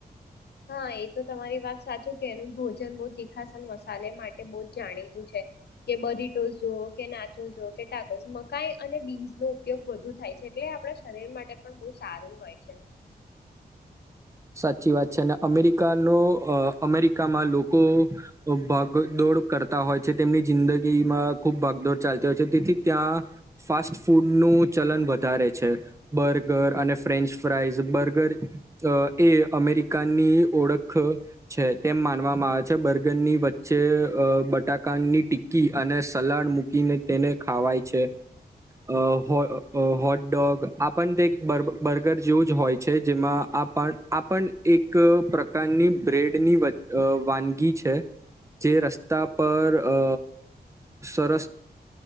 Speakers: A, on the left; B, on the right.
A: હા એ તો તમારી વાત સાચું કે એનું ભોજન બઉ તીખાસન મસાલે માટે બવ જ જાણીતું છે કે બરીટો જો કે નાચો જો કે ટાકો મકાઈ અને બીન્સનો ઉપયોગ વધુ થાય છે એટલે આપડા શરીર માટે પણ બહુ સારું હોય છે.
B: સાચી વાત છે અને અમેરિકાનો અમેરિકામાં લોકો ભાગદોડ કરતા હોય છે તેમની જિંદગીમાં ખૂબ ભાગદોડ ચાલતી હોય છે તેથી ત્યાં ફાસ્ટ ફૂડનું ચલન વધારે છે બર્ગર અને ફ્રેન્ચ ફ્રાઇઝ બર્ગર એ અમેરિકાની ઓળખ છે તેમ માનવામાં આવે છે બર્ગરની વચ્ચે અ બટાકાની ટિક્કી અને સલાડ મૂકીને તેને ખાવાય છે અ હોટડોગ આ પણ તે બ બર્ગર જેવું જ હોય છે જેમાં આ પણ આ પણ એક પ્રકારની બ્રેડની વ અ વાનગી છે જે રસ્તા પર અ સરસ